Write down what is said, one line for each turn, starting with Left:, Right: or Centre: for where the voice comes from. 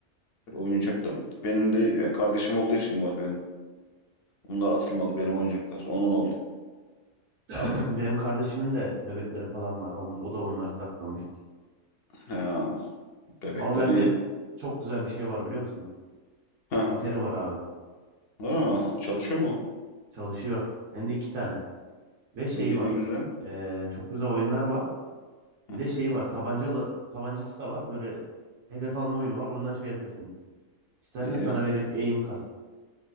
Left: oyuncak da benim de ya kardeşim olduğu için var benim. Bunlar atılmadı
Right: Hmm.
Left: benim oyuncaklar. Onun oldu.
Right: <clears throat> Benim kardeşimin de bebekleri falan var. On- O da onları saklamış.
Left: Ha, bebekler
Right: Ama bende
Left: iyi.
Right: çok güzel bir şey var biliyor musun?
Left: Ha,
Right: Atari var abi.
Left: ha, çalışıyor mu?
Right: Çalışıyor. Hem de iki tane. Ve şey
Left: İyi
Right: var.
Left: ne güzel.
Right: Ee, çok güzel oyunlar var. Bir
Left: Hı hı,
Right: de şey var. Tabancalı tabancası da var. Böyle hedef alma oyunu var. Onunla şey yapıyorsun. İstersen
Left: iyi.
Right: sana vereyim aim kas.